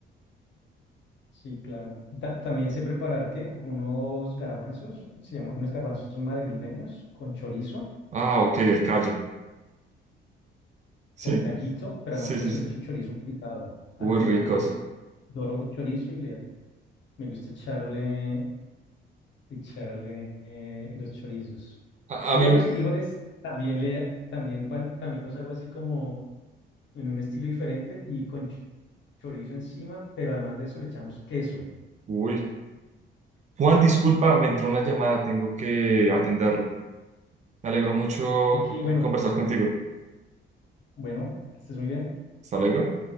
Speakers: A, on the left; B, on the right.
A: Sí, claro. Ta- también sé preparar ¿qué? Como unos garbanzos, se llama, unos garbanzos madrileños con chorizo,
B: Ah, ok, el callo. Sí,
A: con callito, pero
B: sí,
A: además de
B: sí,
A: eso
B: sí.
A: le echo chorizo picado al
B: Uy,
A: final
B: ricos.
A: de doro chorizo y le, me gusta echarle echarle eh, los chorizos.
B: A,
A: Y
B: a mí,
A: a los
B: me-
A: frijoles también le también cuan- también los hago así como en un estilo diferente y con ch- chorizo encima, pero además de eso le echamos queso.
B: uy. Juan, disculpa, me entró una llamada, tengo que atenderla. Me alegró mucho
A: Ok, bueno,
B: conversar contigo.
A: bueno, que estés muy bien.
B: Hasta luego.